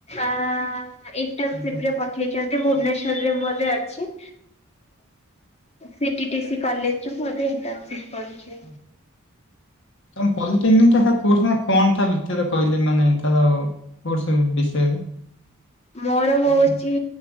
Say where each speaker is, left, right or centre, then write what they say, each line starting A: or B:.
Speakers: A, on the left; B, on the left.
A: ଆ ଏଇ ସେ
B: କିନ୍ତୁ
A: ସେଥିରେ ପଠେଇଛନ୍ତି ଭୁବନେଶ୍ବରରେ
B: ହଁ
A: ବୋଧେ ଅଛି। ସିଟି ଟିସି କଲେଜରୁ ବୋଧେ ଏକ୍ଜାମ ଅଛି ପରିକ୍ଷା।
B: ହଁ। ତମ ପଲିଟେନିକଟା ଟା କୋର୍ସ ନା କଣ ତା ଭିତରେ କହିଲେ ମାନେ ତାର ଆଉ। କୋର୍ସ ବିଷୟରେ।
A: ମୋର ହଉଛି।
B: ଜାଣିଛ?